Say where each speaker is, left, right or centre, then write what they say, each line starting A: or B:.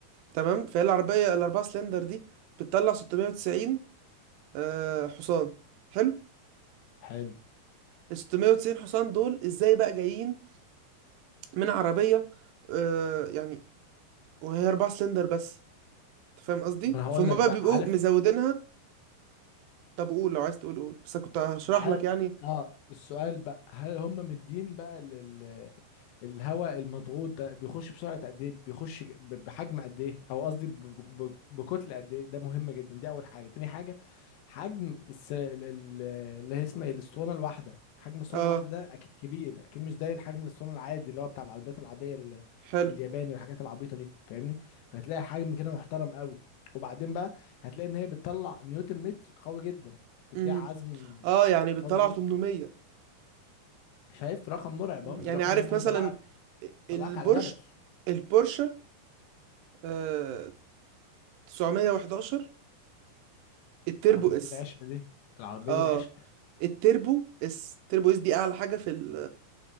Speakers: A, on the right; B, on the left.
A: تمام فهي العربيه الأربعة سلندر دي بتطلع 690 آه حصان حلو
B: حلو
A: ال 690 حصان دول ازاي بقى جايين من عربية آه يعني وهي أربعة سلندر بس أنت فاهم قصدي
B: ما انا هقول
A: فهم
B: لك
A: بقى
B: بقى
A: بيبقوا
B: عارف
A: مزودينها طب قول لو عايز تقول قول بس أنا كنت هشرح
B: عار...
A: لك يعني
B: اه السؤال بقى هل هم مدين بقى لل... الهواء المضغوط ده بيخش بسرعة قد ايه بيخش ب- بحجم قد ايه او قصدي ب... ب... بكتلة قد ايه ده مهم جدا دي اول حاجة تاني حاجة حجم الس... ال- ال- اللي هي اسمها إيه؟ الاسطوانة الواحدة حجم الاسطوانة
A: اه
B: الواحدة ده اكيد كبير اكيد مش زي الحجم الاسطوانة العادي اللي هو بتاع العربيات العادية ال...
A: حلو
B: الياباني والحاجات العبيطة دي فاهمني هتلاقي حجم كده محترم قوي وبعدين بقى هتلاقي ان هي بتطلع نيوتن متر قوي جدا تديها
A: امم
B: عزم
A: اه يعني بتطلع
B: قوي جدا
A: 800
B: شايف رقم مرعب
A: مم.
B: اهو الرقم
A: يعني عارف
B: ده ممكن
A: مثلا
B: يطلعك
A: البورش
B: يطلعك على جبل
A: البورشة آه 911 التربو
B: اه بس
A: اس
B: دي العشق دي العربية
A: اه
B: دي العشق
A: التربو اس التربو اس دي اعلى حاجة في ال